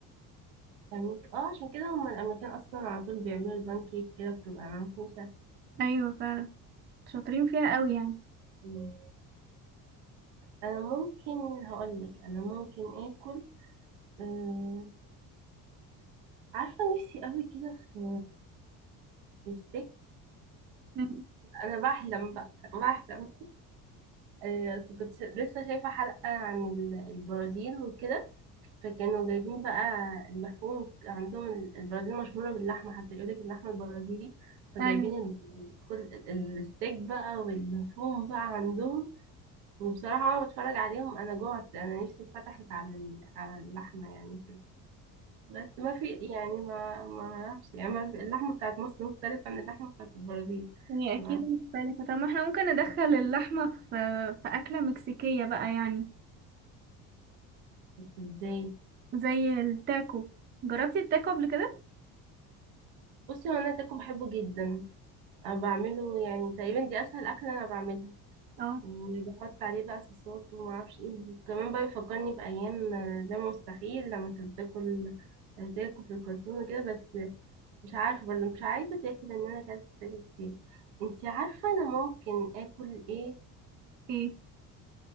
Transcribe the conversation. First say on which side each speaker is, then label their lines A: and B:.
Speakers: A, on the right (about 75°); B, on the right (about 25°).
A: بانكيك اه عشان كده هما الأمريكان أصلا على طول بيعملوا البانكيك كده بتبقى منفوشة
B: أيوة فعلا شاطرين فيها قوي يعني
A: مم. أنا ممكن هقولك أنا ممكن آكل آه عارفة نفسي قوي كده في في ستيك
B: مم.
A: أنا بحلم بقى بحلم آه بس كنت ش- لسه شايفة حلقة عن ال- البرازيل وكده فكانوا جايبين بقى اللحوم عندهم ال- البرازيل مشهورة باللحمة حتى يقولك اللحمة البرازيلي فجايبين
B: أيوة
A: ال- كل ال- الستيك بقى واللحوم بقى عندهم وبصراحة أنا بتفرج عليهم أنا جوعت أنا نفسي اتفتحت على ال- على اللحمة يعني كده بس ما في يعني ما ما أعرفش يعني ما في اللحمة بتاعت مصر مختلفة عن اللحمة بتاعت البرازيل
B: هي
A: ما
B: أكيد مختلفة طب ما احنا ممكن ندخل اللحمة في في أكلة مكسيكية بقى يعني
A: إزاي
B: زي التاكو جربتي التاكو قبل كده؟
A: بصي هو أنا تاكو بحبه جدا أنا بعمله يعني تقريبا دي أسهل أكلة أنا بعملها
B: اه
A: وبحط عليه بقى صوصات وما اعرفش ايه وكمان بقى بيفكرني بايام آه، ده مستحيل لما كنت باكل آه، تاكو في الكرتون وكده بس آه، مش عارفه برضه مش عايزه تاكل ان انا اكلت تاكو كتير انتي عارفه انا ممكن اكل ايه
B: ايه